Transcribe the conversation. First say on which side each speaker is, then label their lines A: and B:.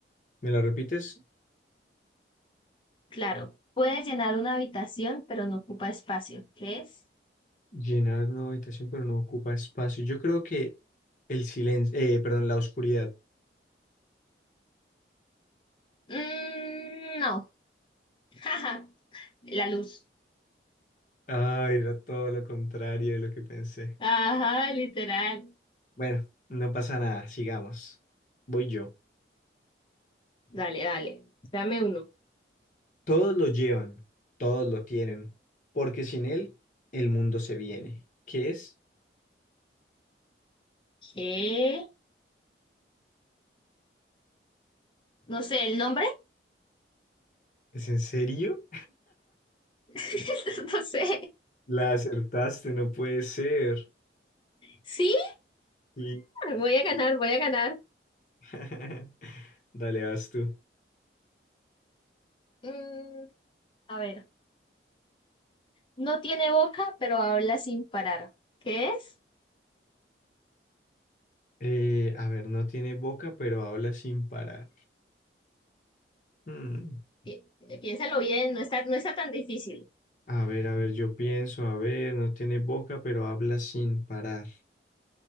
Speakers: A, on the left; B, on the left.
A: ¿Me la repites?
B: Claro, puede llenar una habitación, pero no ocupa espacio. ¿Qué es?
A: Llenar una habitación, pero no ocupa espacio. Yo creo que el silencio, eh, perdón, la oscuridad.
B: Mm, no. Jaja. La luz.
A: Ay, era todo lo contrario de lo que pensé.
B: Ajá, literal.
A: Bueno, no pasa nada, sigamos. Voy yo.
B: Dale, dale. Dame uno.
A: Todos lo llevan, todos lo tienen, porque sin él el mundo se viene. ¿Qué es?
B: ¿Qué? No sé, ¿el nombre?
A: ¿Es en serio?
B: <laughs> No sé.
A: La acertaste, no puede ser.
B: Sí,
A: Y...
B: voy a ganar, voy a ganar.
A: <laughs> Dale, vas tú.
B: Mm, a ver. No tiene boca, pero habla sin parar. ¿Qué es?
A: Eh, a ver, no tiene boca, pero habla sin parar. Hmm,
B: Pi- piénsalo bien, no está, no está tan difícil.
A: A ver, a ver, yo pienso, a ver, no tiene boca, pero habla sin parar.